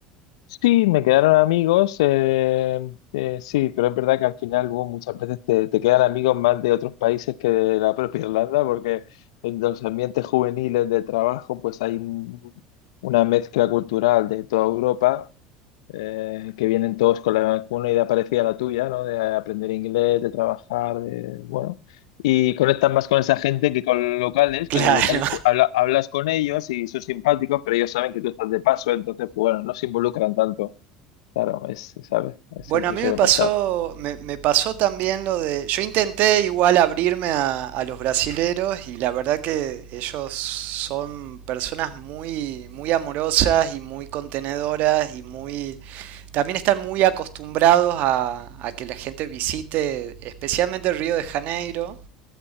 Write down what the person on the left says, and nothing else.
Sí, me quedaron amigos, eh, eh, sí, pero es verdad que al final luego muchas veces te, te quedan amigos más de otros países que de la propia Irlanda, porque en los ambientes juveniles de trabajo pues hay un- una mezcla cultural de toda Europa eh, que vienen todos con la, con una idea parecida a la tuya, ¿no? De aprender inglés, de trabajar, de, bueno, y conectas más con esa gente que con los locales,
que los locales pues, habla- hablas con ellos y son simpáticos, pero ellos saben que tú estás de paso, entonces, pues bueno, no se involucran tanto. Claro, es, ¿sabes? Siempre
suele
pasar.